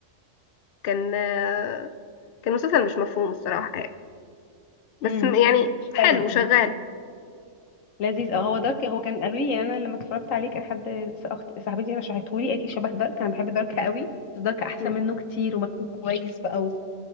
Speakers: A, on the left; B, on the left.
A: كان آه كان مسلسل مش مفهوم الصراحه يعني بس
B: امم
A: م- يعني
B: شويه
A: حلو شغال
B: يعني. لذيذ اه هو دارك هو كان قالوا لي يعني انا لما اتفرجت عليه كان حد س- اخت صاحبتي رشحته لي قالت لي شبه دارك انا بحب دارك قوي بس دارك احسن
A: مم.
B: منه كتير ومكتوب كويس بقى